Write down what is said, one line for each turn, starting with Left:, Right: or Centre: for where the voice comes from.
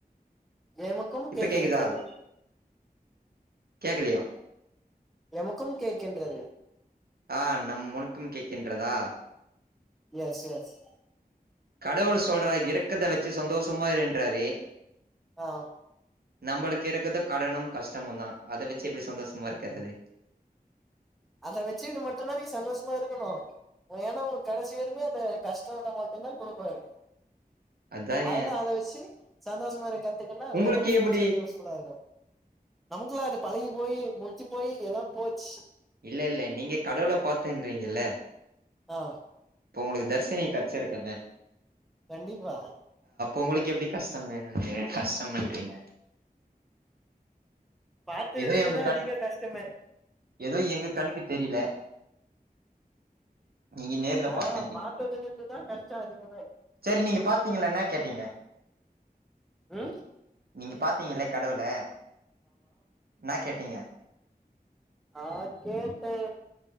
Centre: நேமக்கும்
Right: இப்ப
Centre: கேக்கின்றது.
Right: கேக்குதா கேக்கலையா
Centre: எமக்கும் கேக்கின்றது.
Right: ஆஹ நம் முன்கும் கேக்கின்றதா.
Centre: S S.
Right: கடவுள் சொல்றா இறக்கத்த வச்சு சந்தோஷமா இருன்றாரு.
Centre: ஆஹ.
Right: நம்மளுக்கு இருக்கத கடனும் கஷ்டமும் தான் அதை வச்சு எப்படி சந்தோஷமா இருக்கிறது
Centre: அதை வச்சுக்கிட்டு மட்டும்தான் நீ சந்தோஷமா இருக்கணும் ஏன்னா உனக்கு கடைசி வருமே அந்த கஷ்ட மட்டும்தான் கொடுப்பாரு
Right: அதான்
Centre: அதுதான்
Right: ஏன்
Centre: அதவச்சி சந்தோசமா இருக்க இரு அதுக்கப்புறம்
Right: உங்களுக்கு
Centre: பியூச்சர்ல
Right: எப்படி
Centre: யுஸ்புல்லா இருக்கும் நமக்குல்லாம் அது பழகி போய் போய் எல்லாம் போச்சு
Right: இல்ல இல்ல நீங்க கடவுள பாத்தேன்றீங்கள
Centre: ஆஹ்
Right: இப்ப உங்களுக்கு தர்ஷினி கச்சி இருக்குல்ல
Centre: கண்டிப்பா
Right: உங்களுக்கு எப்படி கஷ்டமேவே கஷ்டம்ன்றீங்க
Centre: பாத்ததுருந்துதா
Right: ஏதோ எங்க கண்
Centre: அதிக கஷ்டமே
Right: ஏதோ எங்க கண்ணுக்கு தெரியில நீங்க நேர்ல
Centre: அதா
Right: பார்த்தீங்க
Centre: பாத்ததுல இருந்துதா கஷ்டோ அதிகமே
Right: சரி நீங்க பாத்தீங்களா நா கேட்டீங்க
Centre: ம்
Right: நீங்க பாத்தீங்கள கடவுள என்னா கேட்டீங்க
Centre: ஆஹ் கேட்டே